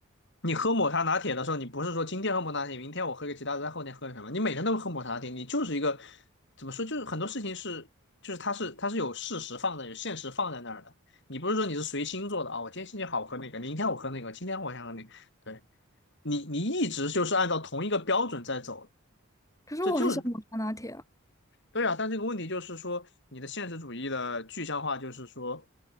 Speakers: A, on the left (about 55°); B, on the left (about 15°).
A: 你喝抹茶拿铁的时候，你不是说今天喝抹茶拿铁，明天我喝个其他的，再后天喝个什么？你每天都喝抹茶拿铁，你就是一个怎么说？就是很多事情是就是它是它是有事实放在有现实放在那儿的，你不是说你是随心做的啊、我今天心情好，我喝那个；明天我喝那个，今天我想喝那个。对。你你一直就是按照同一个标准在走，
B: 可是我很喜欢抹茶拿铁啊，
A: 这就是对啊。但这个问题就是说，你的现实主义的具象化就是说，